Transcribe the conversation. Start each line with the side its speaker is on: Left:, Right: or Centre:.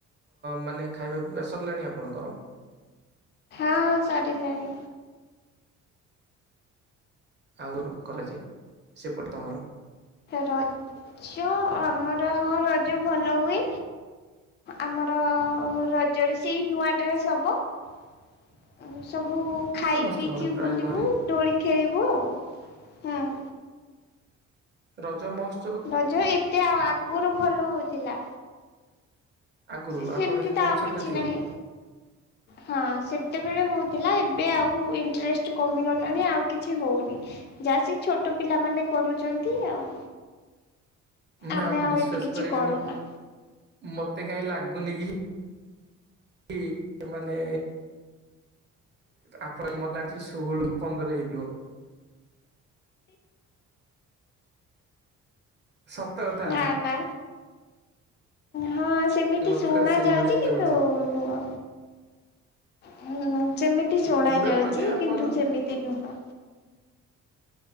Right: ମାନେ ଖାଇବା ପିଇବା ସରିଲାଣି ଆପଣଙ୍କର?
Left: ହଁ ସରିିଲେଣି
Right: ଆଉ କଣ କରାଯା ସେପଟେ ତମର
Left: ରଜ ଆମର ହଁ ରଜ ଭଲ ହୁଏ, ଆମର ରଜରେ ସେଇ ନୂଆ ଡ୍ରେସ୍ ହବ ସବୁ ସବୁ ଖାଇ
Right: ସମସ୍ତଙ୍କର
Left: ପିଇକି
Right: ପ୍ରାୟ
Left: ବୁଲିବୁ
Right: ଘରେ
Left: ଦଡୋଳି ଖେଳିବୁ ଆଉ ହୁଁ
Right: ରଜ ମସ୍ତ
Left: ରଜ ଏତେ ଆଉ ଆଗରୁ ଭଲ ହଉଥିଲା।
Right: ଆଗରୁ
Left: ସେମିତି
Right: ଆପଣ ଯେତେବେଳେ
Left: ତ ଆଉ
Right: ଛୋଟ
Left: କିଛି
Right: ଥିଲେ
Left: ନାହିଁ। ହଁ ସେତେବେଳେ ହଉ ଥିଲା ଏବେ ଆଉ ଇଣ୍ଟରେଷ୍ଟ କମିଗଲାଣି ଆଉ କିଛି ହଉନି। ଯାହା ସେ ଛୋଟ ପିଲାମାନେ କରୁଛନ୍ତି ଆଉ।
Right: ମ୍ୟାମ୍
Left: ଆମେ ଆଉ
Right: ବିଶ୍ଵାସ
Left: ଏତେ କିଛି
Right: କରିବେନି
Left: କରୁନା।
Right: ମତେ କାହିଁ ଲାଗୁନି କି କି ମାନେ ଆପଣ ମତେ ଆଜି ଷୋହଳ ପନ୍ଦରେ ହେଇଯିବ? ସତ ତ କଥା।
Left: ନା ନା ହଁ ସେମିତି
Right: ମତେ
Left: ଶୁଣା
Right: ପୁରା ସେଇଭଳିଆ
Left: ଯାଉଛି, କିନ୍ତୁ
Right: ଲାଗୁଛି
Left: ନୁହଁ। ହୁଁ ସେମିତି ଶୁଣା
Right: ପୁରା
Left: ଯାଉଛି,
Right: ମାନେ ଆପଣ
Left: କିନ୍ତୁ ସେମିତି ନୁହଁ।